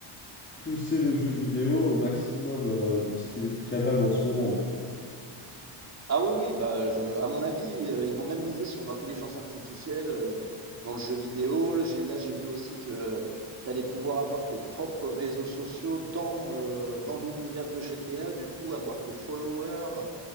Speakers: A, on the left; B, on the right.
A: pousser le jeu vidéo au maximum euh, de ce qu'il est capable en ce moment, en tout cas.
B: Ah oui, oui, bah, je à mon avis, heu, ils vont même miser sur l'intelligence artificielle, heu, dans le jeu vidéo. Là, j'ai là, j'ai vu aussi que tu allais pouvoir avoir tes propres réseaux sociaux dans, heu, dans l'univers de GTA, du coup, avoir tes followers,